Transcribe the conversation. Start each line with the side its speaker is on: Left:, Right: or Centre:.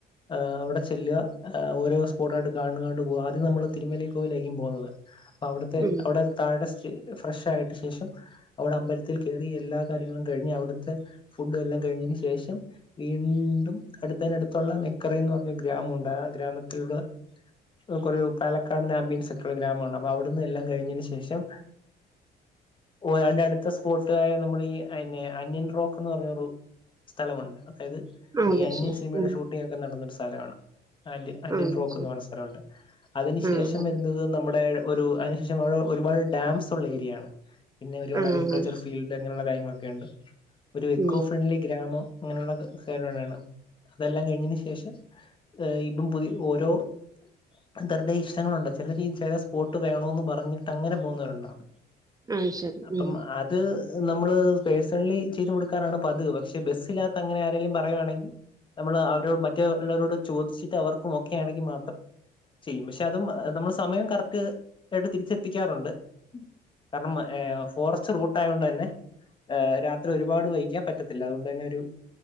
Left: ഏ അവിടെ ചെല്ല ഓരോ സ്പോട്ടായിട്ട് കാണുകാണ്ട് പോകുക ആദ്യം നമ്മള് തിരുമല്ലിക്കോവിലായിരിക്കും പോകുന്നത് അവിടുത്തെ
Right: ഉം
Left: അവിടെ താഴെ ഫ്രഷ് ആയിട്ട് ശേഷം അവിടെ അമ്പലത്തിൽ കയറി. എല്ലാ കാര്യങ്ങളും കഴിഞ്ഞ് അവിടുത്തെ ഫുഡും എല്ലാം കഴിഞ്ഞയിന് ശേഷം വീണ്ടും അടുത്തൈനടുത്തുള്ള മെക്കറെയ് എന്ന് പറഞ്ഞൊരു ഗ്രാമുണ്ട്. ആ ഗ്രാമത്തിലൂടെ <unintelligible> പാലക്കാട്ന് ആംബിയൻസ് ഒക്കെയുള്ള ഗ്രാമാണ്. അപ്പ അവിടുന്ന് എല്ലാം കഴിഞ്ഞയിന് ശേഷം ഓ അതിന്റെ അടുത്ത സ്പോട്ട് അ നമ്മൾ ഈ അന്യ അന്യൻ റോക്ക് എന്ന് പറഞ്ഞ ഒരു സ്ഥലമുണ്ട്. അതായത്
Right: ആ അത്
Left: ഈ അന്യൻ
Right: ശരി
Left: സിനിമയുടെ
Right: ഉം
Left: ഷൂട്ടിങ് ഒക്കെ നടന്നൊരു സ്ഥലാണ് ആൻഡ് അന്യൻ
Right: ആ അത്
Left: ഫ്രോക്ക്
Right: ശരി
Left: എന്ന് പറയുന്ന സ്ഥലുണ്ട്. അതിന്
Right: ആ
Left: ശേഷം
Right: അത്
Left: വരുന്നത് നമ്മുടെ ഒരു അതിന്ശേഷം അവ്ടെ ഒരുപാട് ഡാംസുള്ള ഏരിയാണ് പിന്നെ ഒരുപാട്
Right: ആ ആ,
Left: അഗ്രികള്ച്ചർ ഫീൽസ് അങ്ങന്ള്ള കാര്യങ്ങളൊക്കെണ്ട് ഒര് എക്കോ
Right: ഉം
Left: ഫ്രൺണ്ട്ലി ഗ്രാമം. ഇങ്ങനെള്ള സാലൂണാണ് അതെല്ലാം കഴിഞ്ഞയിന് ശേഷം ഹ് ഏ ഇപ്പം പുതിയ ഓരോ <unintelligible> ഇഷ്ടങ്ങളുണ്ട്. ചെലരീ ചെല സ്പോട്ട് വേണോന്ന് പറഞ്ഞിട്ട് അങ്ങനെ പോകുന്നവരുണ്ടാവു
Right: അത് ശരി
Left: അപ്പം
Right: ഉം
Left: ആ ഇത് നമ്മള് പേഴ്സണലി ചെയ്ത് കൊടുക്കാറാണ് പതിവ്. പക്ഷെ ബസ്സിനകത്തു അങ്ങനെ ആരേലും പറയുകയാണെ നമ്മള് അവരോട് മറ്റേ ഉള്ളവരോട് ചോദിച്ചിട്ട് അവർക്കും ഓക്കെ ആണെങ്കിൽ മാത്രം ചെയ്യും. പഷേ അതും നമ്മൾ സമയം കറക്റ്റ് <unintelligible> തിരിച്ചെത്തിക്കാറുണ്ട് കാരണം ഉം ഏ ഫോറസ്റ്റ് റൂട്ട് ആയൊണ്ടന്നെ ആഹ് രാത്രി ഒരുപാട് വൈക്യാ പറ്റത്തില്ല. അതുകൊണ്ടന്നെ ഒരു